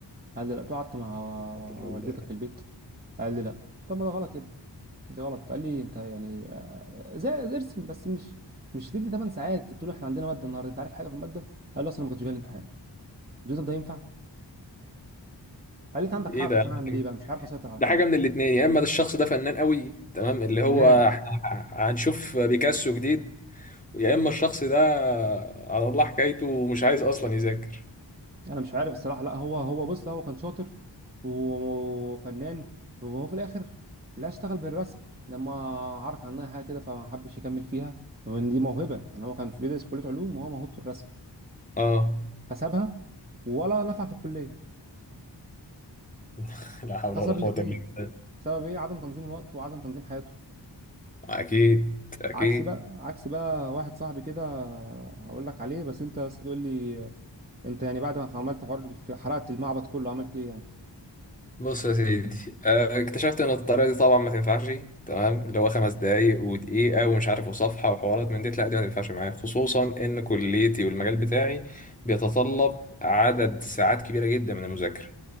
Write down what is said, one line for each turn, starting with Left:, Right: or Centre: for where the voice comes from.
Right: قال لي لا قلت له قعدت مع
Left: طب ال-
Right: والدتك في البيت قال لي لا قلت له طب ما ده غلط يا ابني دي غلط قال لي انت يعني آه، زي زي ارسم بس مش مش تدي 8 ساعات قلت له احنا عندنا ماده النهارده انت عارف حاجه في الماده قال لي اصلا ما كنتش جاي الامتحان قلت له طب ده ينفع قال لي انت عندك
Left: ايه
Right: حق
Left: ده
Right: بس
Left: يا عم
Right: انا هعمل
Left: كده؟
Right: ايه بقى مش عارف اسيطر على
Left: ده
Right: كده
Left: حاجه من الاتنين يا اما ده الشخص ده فنان قوي تمام اللي
Right: فنان
Left: هو احنا هنشوف بيكاسو جديد يا اما الشخص ده على الله حكايته ومش عايز اصلا يذاكر
Right: انا مش عارف الصراحه لا هو هو بص لا هو كان شاطر وفنان وهو في الاخر لا اشتغل بالرسم لما عرف عنها حاجه كده فما حبش يكمل فيها وان دي موهبه يعني هو كان في بيدرس في كليه علوم وهو موهوبته الرسم
Left: اه
Right: فسابها ولا نفع في الكليه
Left: <laughs> لا حول
Right: خسر
Left: ولا قوه
Right: الاثنين
Left: الا بالله
Right: بسبب ايه عدم تنظيم الوقت وعدم تنظيم حياته
Left: اكيد اكيد
Right: عكس بقى عكس بقى واحد صاحبي كده هقول لك عليه بس انت بس تقول لي انت يعني بعد ما عملت حوار حرقت المعبد كله عملت ايه يعني
Left: بص يا سيدي آه، اكتشفت ان الطريقه دي طبعا ما تنفعش تمام اللي هو خمس دقايق ودقيقه ومش عارف وصفحه وحوارات من دي لا دي ما تنفعش معايا خصوصا ان كليتي والمجال بتاعي بيتطلب عدد ساعات كبيره جدا من المذاكره